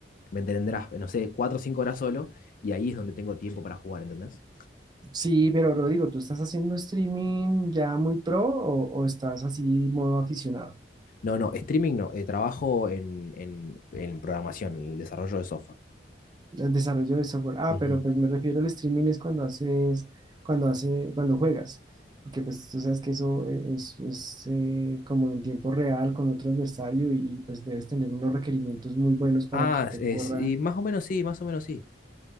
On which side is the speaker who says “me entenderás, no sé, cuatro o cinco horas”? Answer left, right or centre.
Left